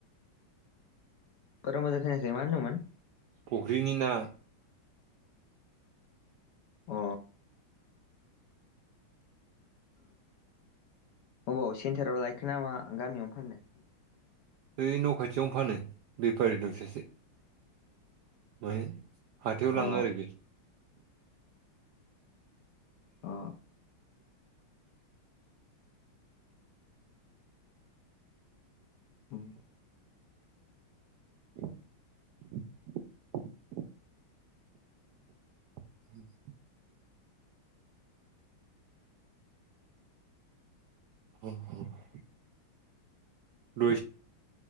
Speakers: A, on the left; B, on the right.
A: बारा मोजां खैायाखै मा होनदोंमोन
B: फुख्रिनि ना
A: अ अबाव सेन्टाराव लायखो नामा गामियावनो फानदों <inaudible>
B: ओइ न' खाथियावनो फानो बेफारि दं सासे मानो हाथायाव लाङो
A: अ
B: आरो बे
A: अ उम
B: <unintelligible> <inaudible> उ <inaudible> र <inaudible>